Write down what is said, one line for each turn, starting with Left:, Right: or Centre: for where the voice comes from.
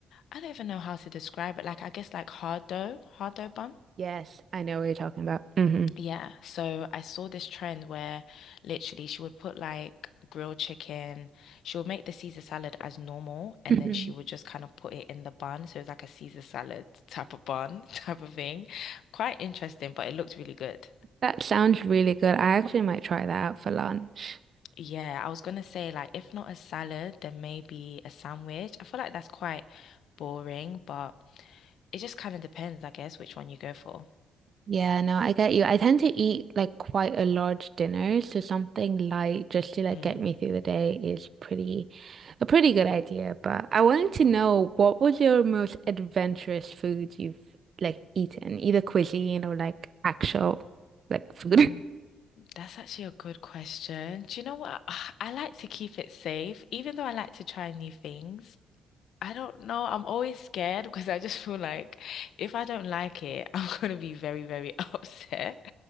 Left: I don't even know how to describe it. Like I guess like hard dough, hard dough bun.
Right: Yes, I know what you're talking about. hmm
Left: Yeah. So I saw this trend where literally she would put like grilled chicken. She would make the Caesar salad as normal and
Right: hmm
Left: then she would just kind of put it in the bun. So it was like a Caesar salad type of bun <laughs> type of thing. Quite interesting, but it looked really good.
Right: That sounds really good. I actually might try that out for lunch.
Left: Yeah, I was gonna say like if not a salad, then maybe a sandwich. I feel like that's quite boring, but it just kind of depends, I guess, which one you go for.
Right: Yeah, no, I get you. I tend to eat like quite a large dinner, so something light just to like
Left: Mm.
Right: get me through the day is pretty a pretty good idea. But I wanted to know what was your most adventurous food you've like eaten, either cuisine or like actual like food.
Left: Mm.
Right: <laughs>
Left: That's actually a good question. Do you know what? <sighs> I like to keep it safe, even though I like to try new things. I don't know. I'm always scared <laughs> because I just feel like if I don't like it, <laughs> I'm gonna be very, very <laughs> upset.